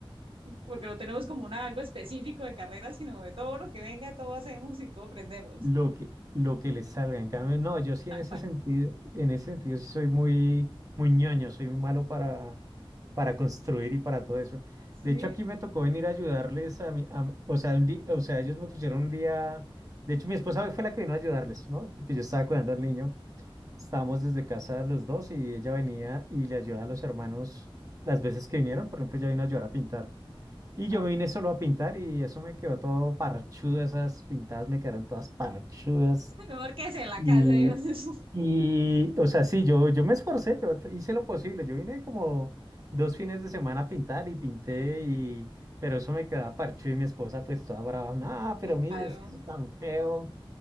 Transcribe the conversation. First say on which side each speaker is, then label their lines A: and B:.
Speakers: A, on the right; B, on the right.
A: Porque no tenemos como una, algo específico de carrera, sino de todo lo que venga, todo hacemos y todo aprendemos.
B: Lo que, lo que les salga, en cambio, no, yo sí
A: Tal
B: en ese
A: cual.
B: sentido, en ese sentido sí soy muy, muy ñoño, soy muy malo para, para construir y para todo eso.
A: Sí.
B: De hecho, aquí me tocó venir a ayudarles a mi- a- o sea, un di- o sea, ellos me pusieron un día, de hecho, mi esposa fue la que vino a ayudarles, ¿no? Porque yo estaba
A: Ajá.
B: cuidando al niño, estábamos desde casa los dos y ella venía y le ayudaba a los hermanos las veces que vinieron, por ejemplo, ella vino a ayudar a pintar. Y
A: Ah,
B: yo me
A: ok.
B: vine solo a pintar y eso me quedó todo parchudo, esas pintadas me quedaron todas parchudas.
A: <laughs> Mejor que en la
B: Y,
A: casa. yo. <laughs>
B: y o sea, sí, yo, yo me esforcé, yo t- hice lo posible. Yo vine como dos fines de semana a pintar y pinté,
A: Sí,
B: y, pero eso me quedaba parchudo y mi esposa pues toda brava, no, pero
A: Claro.
B: mire, es que eso es tan feo,